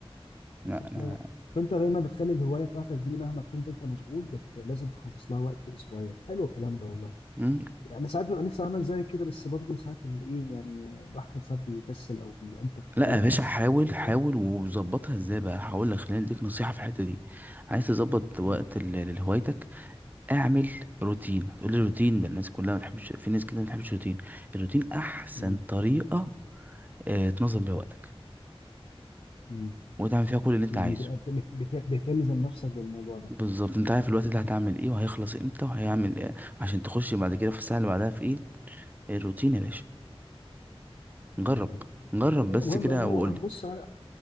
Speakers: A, on the right; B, on the left.
A: لا
B: صح لا لا فانت دايما بتخلي الهوايه بتاعتك دي مهما كنت انت مشغول بت... لازم تخصص لها وقت اسبوعيا حلو الكلام ده والله
A: أنا
B: يعني ساعات ببقى نفسي اعمل زي كده بس برضه ساعات ال- ايه يعني الواحد ساعات بيكسل او بينتخ شويه
A: لا يا باشا حاول حاول
B: بت...
A: وظبطها ازاي بقى هقول لك خلينا اديك نصيحه في الحته دي عايز تظبط وقت
B: م-
A: ال- لهوايتك اعمل روتين هتقول لي روتين ده الناس كلها ما تحبش في ناس كده ما بتحبش الروتين الروتين احسن
B: م-
A: طريقه آه تنظم بيها وقتك
B: م.
A: وتعمل فيها كل اللي انت
B: يعني
A: عايزه
B: تبقى بت... بت... بتلزم نفسك بالموضوع ده
A: بالظبط انت عارف الوقت ده هتعمل ايه وهيخلص امتى وهيعمل ايه عشان تخش بعد كده في الساعه اللي بعدها في ايه الروتين يا باشا
B: م-
A: جرب
B: م.
A: جرب
B: لكن
A: بس
B: ده مهم
A: كده
B: انا هو
A: وقول
B: أنا
A: لي
B: بص